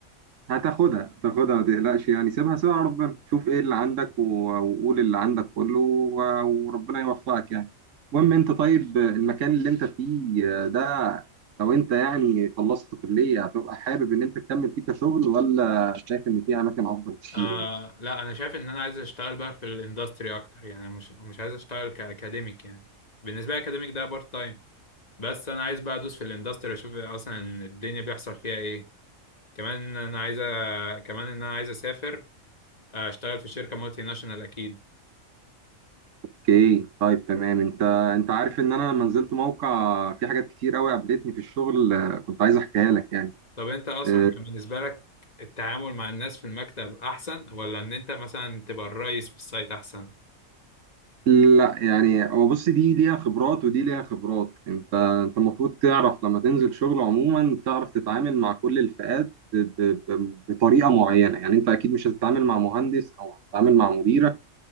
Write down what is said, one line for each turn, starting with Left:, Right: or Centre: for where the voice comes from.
Right: هتاخدها هتاخدها ما تقلقش يعني سيبها سيبها على ربنا شوف ايه اللي عندك و- وقول اللي عندك كله و- وربنا يوفقك يعني المهم انت طيب المكان اللي انت فيه ده لو انت يعني خلصت كلية هتبقى حابب ان انت تكمل فيه كشغل ولا شايف ان في اماكن افضل كتير
Left: آه
Right: يعني
Left: لا انا شايف ان انا عايز اشتغل بقى في الاندستري اكتر يعني أنا مش مش عايز اشتغل كاكاديميك يعني بالنسبه لي اكاديميك ده بارت تايم بس انا عايز بقى ادوس في الاندستري اشوف اصلا الدنيا بيحصل فيها ايه كمان انا عايز أ- كمان ان انا عايز اسافر آه، اشتغل في شركه مالتي ناشونال اكيد
Right: اوكي طيب تمام انت انت عارف ان انا لما نزلت موقع في حاجات كتير قوي قابلتني في الشغل آه، كنت عايز احكيها لك يعني
Left: طب انت اصلا
Right: آه،
Left: كان بالنسبه لك التعامل مع الناس في المكتب احسن ولا ان انت مثلا تبقى الرئيس في السايت احسن
Right: لا يعني هو بص دي ليها خبرات ودي ليها خبرات انت انت المفروض تعرف لما تنزل شغل عموما تعرف تتعامل مع كل الفئات ب- ب- ب- بطريقه معينه يعني انت اكيد مش هتتعامل مع مهندس او هتتعامل مع مديرك